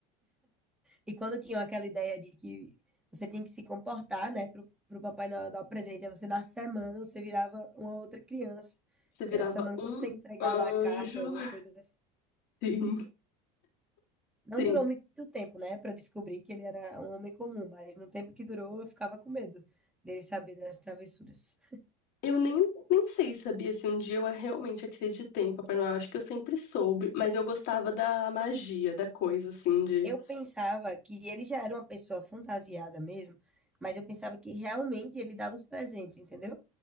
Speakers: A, in the centre; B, on the left (about 60°).
A: E quando tinham aquela ideia de que você tem que se comportar, né, pro, pro Papai Noel dar o presente, aí você na semana você virava uma outra criança,
B: Você virava
A: que era a semana que
B: um
A: você ia entregar
B: anjo.
A: lá a carta ou alguma
B: <laughs>
A: coisa assim.
B: Sim,
A: Não
B: sim.
A: durou muito tempo, né, para descobrir que ele era um homem comum, mas no tempo que durou, eu ficava com medo dele saber das travessuras.
B: Eu nem, nem sei, sabia, se um dia eu realmente acreditei em Papai Noel. Acho que eu sempre soube, mas eu gostava da magia, da coisa, assim, de
A: Eu pensava que ele já era uma pessoa fantasiada mesmo, mas eu pensava que realmente ele dava os presentes, entendeu?